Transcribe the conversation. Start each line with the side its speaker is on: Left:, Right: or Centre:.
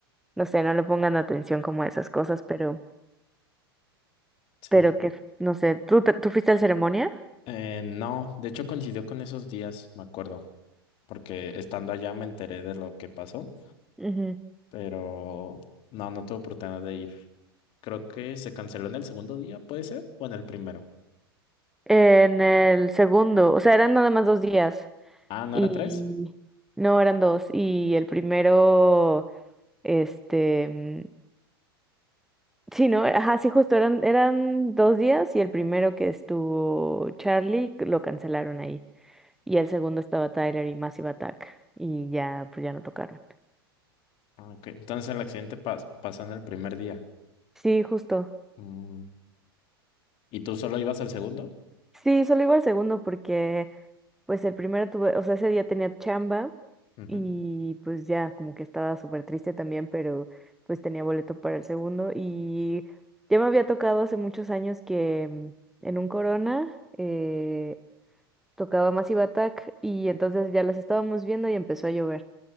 Centre: no sé, no le pongan atención como a esas cosas, pero,
Left: Sí.
Centre: pero que, no sé, ¿tú, te- tú fuiste al ceremonia?
Left: Eh, no, de hecho coincidió con esos días, me acuerdo, porque estando allá me enteré de lo que pasó.
Centre: Ujú.
Left: pero no, no tuve oportunidad de ir. Creo que se canceló en el segundo día, ¿puede ser? ¿O en el primero?
Centre: En el segundo, o sea, eran nada más dos días.
Left: Ah, ¿no
Centre: Y
Left: eran tres?
Centre: no, eran dos. Y el primero, este, mm, sí, ¿no? Ajá, sí, justo eran, eran dos días y el primero que estuvo Charlie lo cancelaron ahí. Y el segundo estaba Tyler y Massive Attack. Y ya, pues ya no tocaron.
Left: Ah, Ok, entonces el accidente pas- pasó en el primer día.
Centre: Sí, justo.
Left: Mm, ¿Y tú solo ibas al segundo?
Centre: Sí, solo iba al segundo porque pues el primero tuve, o sea, ese día tenía chamba
Left: Ujú.
Centre: y pues ya como que estaba súper triste también, pero pues tenía boleto para el segundo y ya me había tocado hace muchos años que mm, en un Corona eh, tocaba Massive Attack y entonces ya los estábamos viendo y empezó a llover.